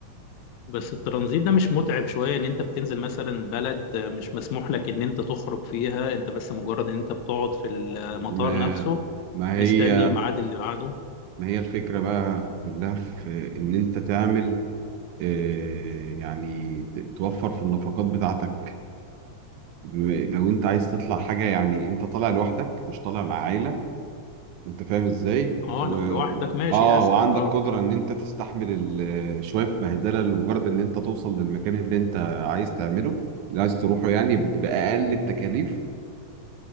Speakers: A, on the left (about 80°); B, on the right (about 85°).
A: بس الترانزيت ده مش متعب شوية ان انت بتنزل مثلا بلد مش مسموح لك ان انت تخرج فيها انت بس مجرد ان انت بتقعد في المطار
B: ما
A: نفسه
B: ما
A: مستني
B: هي
A: الميعاد اللي بعده
B: ما هي الفكره بقى كلها في ان انت تعمل آه، يعني ت- توفر في النفقات بتاعتك بما- لو انت عايز تطلع حاجه يعني انت طالع لوحدك مش طالع مع عائله انت فاهم ازاي
A: اه
B: و...
A: لو لوحدك
B: و...
A: ماشي
B: اه
A: اسهل
B: وعندك
A: اه
B: قدرة ان انت تستحمل ال... شوية بهدلة لمجرد ان انت توصل للمكان اللي انت عايز تعمله اللي عايز تروحه يعني بأقل التكاليف